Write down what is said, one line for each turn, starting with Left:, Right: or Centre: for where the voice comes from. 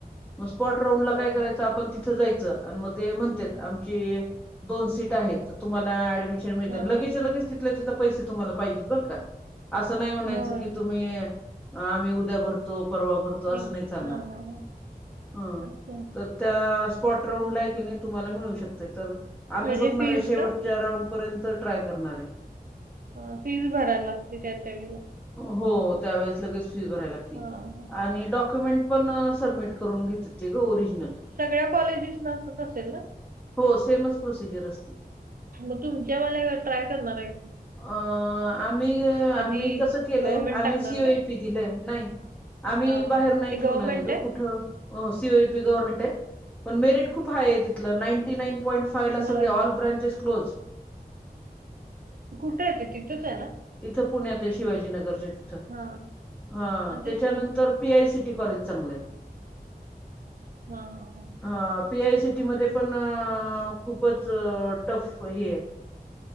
Centre: मग स्पॉट राऊंडला
Right: होय
Centre: काय करायच आपण तिथं जायचं अन म ते म्हणतात आमची दोन सीट आहेत तर तुम्हांला ऍडमिशन
Right: हा
Centre: लगेच्या लगेच तिथल्या तिथं पैसे तुम्हाला पाहिजेत बर का. असं नाही म्हणायचं
Right: होय
Centre: की तुम्ही आम्ही उद्या भरतो परवा भरतो तो
Right: नि
Centre: असं नाही चालणार
Right: हा हा हा
Centre: ह
Right: अच्छा
Centre: तर त्या स्पॉट राऊंडला आहे की नाही तुम्हाला मिळू शकते तर आम्ही
Right: म्हणजे
Centre: बघणार
Right: फीज
Centre: आहे शेवट
Right: का
Centre: शेवटच्या राऊंड पर्यंत ट्राय करणार आहे.
Right: ह फीज बी भरायला लागती त्या त्या वेळेला.
Centre: हो त्यावेेळेस लगेच फी भरायला लागती
Right: हा हा.
Centre: आणि डॉक्युमेंट पण सबमिट करून घेतेत ते ग ओरिजनल
Right: सगळ्या कॉलेजेसला असच असेल ना?
Centre: हो सेमच प्रोसिजर असती.
Right: मग तुमच्या वाला ट्राय करणारय?
Centre: अ आम्ही आम्ही
Right: आधी
Centre: कसं केलंय
Right: गव्हर्नमेंट
Centre: आम्ही
Right: टाकणार
Centre: सी आओय
Right: काय
Centre: पी दिलयं नाही आम्ही
Right: हा
Centre: बाहेर नाही
Right: ते गव्हर्नमेंट
Centre: ठेवणारय ग
Right: आहे
Centre: कुठं? हो सीओयपी गव्हर्नमेंटय, पण मेरिट खूप हाय आहे तिथं नाईंटी नाईन पॉईंट फायला
Right: होय
Centre: सगळे ऑल ब्रांचेस क्लोज
Right: कुठंय ते तिथंचय ना?
Centre: इथं पुण्यातय शिवाजीनगरच्या तिथं,
Right: हा
Centre: हा
Right: तेच
Centre: त्याच्यानंतर
Right: की
Centre: P I C T college चांगलंय.
Right: हा हा ह
Centre: हं पी आय सी टी मध्ये पण खूपच टफ हेय